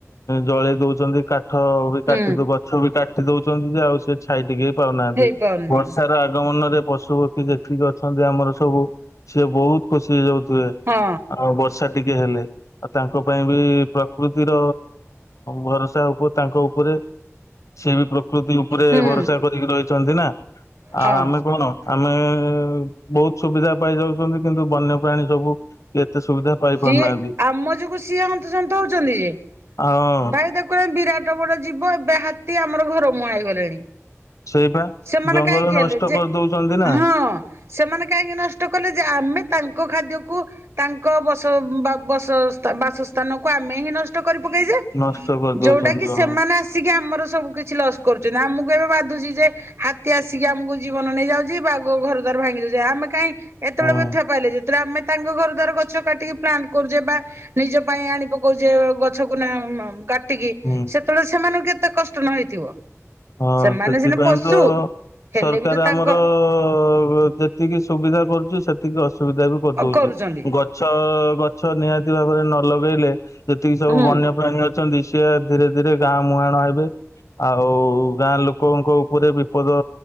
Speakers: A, on the left; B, on the right.
A: ଜଳେଇ ଦଉଚନ୍ତି କାଠ ବି
B: ହୁଁ
A: କାଟି ଦ-ଗ ଗଛ ବି କାଟି ଦଉଛନ୍ତି ଯେ ଆଉ ସେ ଛାଇ ଟିକେ ପାଉନାହାନ୍ତି।
B: ହେଇପାରୁନି
A: ବର୍ଷାର ଆଗମନରେ ପଶୁ ପକ୍ଷୀ ଯେତିକି ଅଛନ୍ତି ଆମର ସବୁ ସିଏ ବହୁତ ଖୁସି ହେଇଯାଉଥିବେ।
B: ହୁଁ।
A: ଆଉ ବର୍ଷା ଟିକେ ହେଲେ ଆଉ ତାଙ୍କ ପାଇଁ ବି ପ୍ରକୃତିର ଭରସା ଉପ ତାଙ୍କ ଉପରେ ସେ ବି ପ୍ରକୃତି ଉପରେ
B: ହୁଁ।
A: ଭରସା କରିକି ରହିଚନ୍ତି ନା ଆଉ
B: ହଁ
A: ଆମେ କଣ? ଆମେ ବହୁତ ସୁବିଧା ପାଇ ଯାଉଚନ୍ତି କିନ୍ତୁ ବନ୍ୟପ୍ରାଣୀ ସବୁ ଏତେ ସୁବିଧା ପାଇ
B: ସିଏ
A: ପାରୁନାହାନ୍ତି
B: ଆମ ଯୋଗୁ ସିଏ ହନ୍ତସନ୍ତ ହଉଛନ୍ତି ଯେ।
A: ହଁ
B: ଭାଇ ଦେ ଖ ଏକ ବିରାଟ ବଡ ଯିବ ଏବେ ହାତୀ ଆମର ଘର ମୁହାଁ ହେଇଗଲେଣି।
A: ସେଇବା
B: ସେମାନେ
A: ଜଙ୍ଗଲ
B: କାହିଁକି
A: ନଷ୍ଟ
B: ହେଲେ ଯେ।
A: କରିଦଉଛନ୍ତି ନା
B: ହଁ ସେମାନେ କାହିଁକି ନଷ୍ଟ କଲେ ଯେ ଆମେ ତାଙ୍କ ଖାଦ୍ୟକୁ ତାଙ୍କ ବସ ବ-ବା-ବସସ୍ଥାନ-ବାସ-ବାସସ୍ଥାନକୁ ଆମେ ହିଁ ନଷ୍ଟ କରି ପକେଇଛେ।
A: ନଷ୍ଟ କରିଦଉଛନ୍ତି
B: ଯୋଉଟା କି ସେମାନେ
A: ହଁ
B: ଆସିକି ଆମର ସବୁ କିଛି ଲସ୍ କରୁଚନ୍ତି ଆମକୁ ଏବେ ବାଧୁଛି ଯେ ହାତୀ ଆସିକି ଆମକୁ ଜୀବନ ନେଇଯାଉଚି ବାଘ ଘରଦ୍ୱାର ଭାଙ୍ଗି ଦଉଚି। ଆମେ କାଇଁ ଏତେବେଳେ
A: ହୁଁ
B: ବ୍ୟଥା ପାଇଲେ ଯେତେବେଳେ ଆମେ ତାଙ୍କ ଘରଦ୍ବାର ଗଛ କାଟିକି ପ୍ଲାନ୍ କରୁଛେ ବା ନିଜ ପାଇଁ ଆଣି ପକଉଛେ ଗଛକୁ କାଟିକି
A: ହୁଁ।
B: ସେ ତେଣୁ ସେମାନଙ୍କୁ କେତେ କଷ୍ଟ ନ ହେଇଥିବ।
A: ହଁ
B: ସେମାନେ
A: ସେଥିପାଇଁ
B: ସିନା ପଶୁ
A: ତ
B: ହେଲେ
A: ସରକାର
B: ବି ତ ତାଙ୍କ
A: ଆମର ଯେ ଯେତିକି ସୁବିଧା କରୁଛି ସେତିକି ଅସୁବିଧା ବି କରିଦଉଛି।
B: କରୁଛନ୍ତି
A: ଗ ଛ ଗଛ ନିହାତି ଭାବରେ ନ ଲଗେଇଲେ ଯେତିକି ସବୁ
B: ହୁଁ
A: ବନ୍ୟପ୍ରାଣୀ ଅଛନ୍ତି ସିଏ ଧିରେ ଧିରେ ଗାଁ ମୁହାଁଣ ହେବେ। ଆଉ ଗାଁ ଲୋକଙ୍କ ଉପରେ ବିପଦ